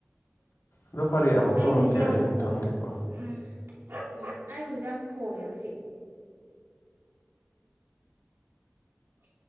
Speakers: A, on the left; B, on the right.
A: ꯑꯗꯣ ꯐꯔꯦ ꯑꯃꯨꯛ ꯇꯧꯔꯛꯀꯦ
B: ꯍꯨꯏꯁꯦ ꯌꯥꯝ
A: ꯑꯩ
B: ꯈꯣꯡꯉꯦ
A: ꯑꯃꯝ ꯊꯝꯒꯦꯀꯣ
B: ꯎꯝ ꯎꯝ ꯑꯩ ꯍꯧꯁꯛ ꯌꯥꯝ ꯈꯣꯡꯉꯦ ꯃꯁꯤ ꯑ